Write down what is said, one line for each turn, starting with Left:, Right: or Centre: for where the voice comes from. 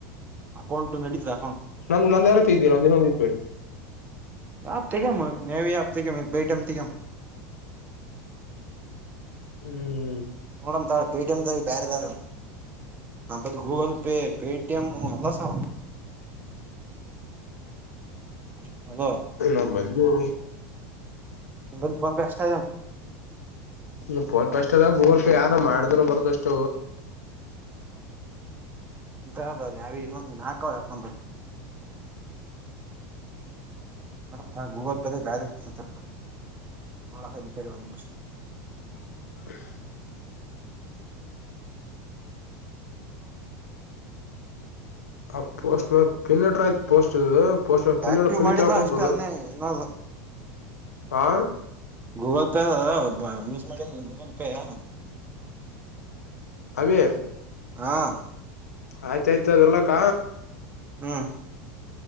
Right: ಅಕೌಂಟ್ ನಡೀತಾ
Left: ನಂದ ನಂದ್ ಯಾರತ್ತ ಇದ್ದೀ ನಂದ ಇನ್ನೊಂದ ಇಬೇಡಿ
Right: ಯಾತಗಾಮ ನವ ಯಾಪ್ತಗ ಬೈಟಮ ತಗಾಮ <inaudible>
Left: ಹ್ಮ್
Right: ನಡ ತ ಪೇಟ ತ ಬೇರೆಾವ ನಬ ಗೂಗಲ್ ಪೇ ಪೇಟಿಎಂ ಎಲ್ಲ ಸಾವ <inaudible> <unintelligible> ಅಲ
Left: ನಂಬಲ್ಲಿ
Right: ನಿಂದು ಪನ್ ಬೆಷ್ಟತ
Left: ಹ್ಮ ಫೋನ್ ಪೇ ಅಷ್ಟ ಅದ ಗೂಗಲ್ ಪೇ ಯಾರೋ ಮಾಡಿದ್ರರು ಬರದ ಅಷ್ಟ
Right: ಆ ನ ನಾಕ ಬ ನಡ ಗೂಗಲ್ ಪೇದಾಗ ಬೇಾರಿ ಇರ್ತ ನೋಳಿ ಒಂದ್ ನಿಮಿಷ
Left: <inaudible> ಆ ಪೋಸ್ಟ್ ಮ ಪಿನ್ನಟ್ರ ಆಯ್ತತ್ ಪೋಸ್ಟ್ ಇದದು ಪೋ ಪನ್ನ
Right: ಆಕ್ಟಿವ್
Left: ಪನ್ನಿ
Right: ಮಾಡಿಲ್ಲ
Left: ಕಕತದ
Right: ಅಷ್ಟೇ ಅನ್ನೇ ಇನ್ನದು
Left: ಆ
Right: ಗೂಗಲ್ ಪೇ ಅ ಯೂಸ್ ಮಾಡಿ ಗೂಗಲ್ ಪೇಯ
Left: ಹೇ
Right: ಹಾಂ
Left: ಆಯ್ತಾಯ್ತ ಅದರ್ಲಕ್ಕ
Right: ಹ್ಮ್